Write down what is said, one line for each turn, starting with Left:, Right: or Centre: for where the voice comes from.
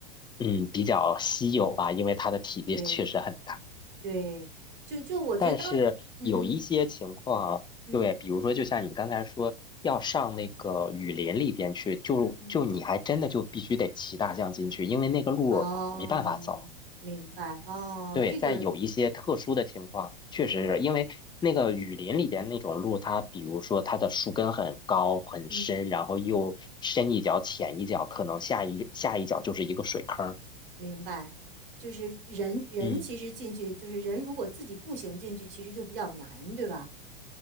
Left: 嗯比较稀有吧，因为它的体积确实很大。
Right: 对对，就就我觉得当，
Left: 但是有一些情况，
Right: 嗯嗯嗯
Left: 对，比如说就像你刚才说。要上那个雨林里边去，就就你还真的就必须得骑大象进去，
Right: 嗯嗯，
Left: 因为那个路没办法走。
Right: 哦，明白，哦，
Left: 对，
Right: 这个，
Left: 在有一些特殊的情况，确实是因为那个雨林里边那种路，
Right: 哦，
Left: 它比如说它的树根很高很深，
Right: 嗯，
Left: 然后又深一脚浅一脚，可能下一下一脚就是一个水坑儿。
Right: 明白，就是人人其实进去，
Left: 嗯
Right: 就是人如果自己步行进去，其实就比较难，对吧？